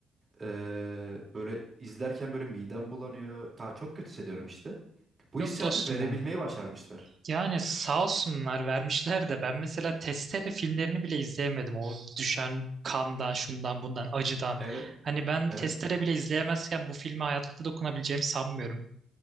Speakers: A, on the right; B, on the right.
A: Ee, böyle izlerken böyle midem bulanıyor. Daha çok kötü hissediyorum işte. Bu
B: Yok
A: hissiyatı
B: dostum
A: verebilmeyi
B: ya.
A: başarmışlar.
B: Yani sağ olsunlar vermişler de ben mesela Testere filmlerini bile izleyemedim. O düşen kandan, şundan, bundan, acıdan.
A: Evet,
B: Hani ben
A: evet.
B: Testere bile izleyemezken bu filme hayatta dokunabileceğimi sanmıyorum.